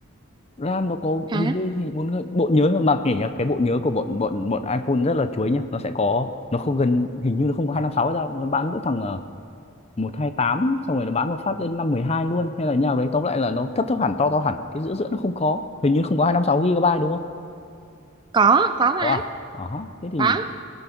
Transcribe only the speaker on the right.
hả
có có mà
có